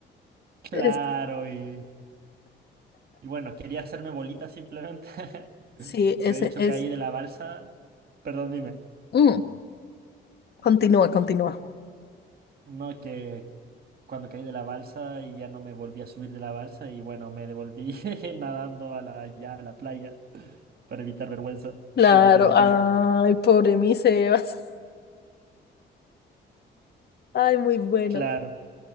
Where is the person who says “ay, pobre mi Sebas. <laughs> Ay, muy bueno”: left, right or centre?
Left